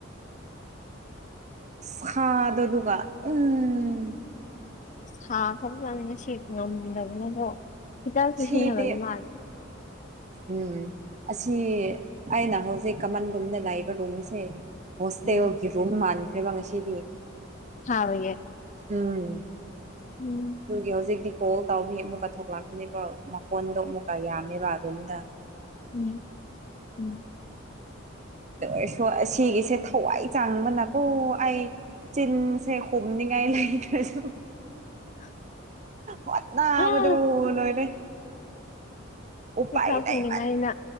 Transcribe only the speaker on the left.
ꯁꯥ ꯈꯔꯥꯕ ꯖꯥꯅꯤ ꯉꯁꯤ ꯉꯝꯗꯕꯅꯤꯕꯣ ꯈꯤꯇꯪꯁꯨ
ꯁꯤꯟꯅꯕꯒꯤ ꯃꯥꯜ
ꯎꯝ
ꯍꯥꯥꯎꯕꯩꯌꯦ
ꯎꯝ
ꯎꯝ ꯎꯝ
<unintelligible>
ꯑꯥ
ꯄꯩꯁꯥ ꯐꯪꯅꯤꯡꯉꯥꯏꯅ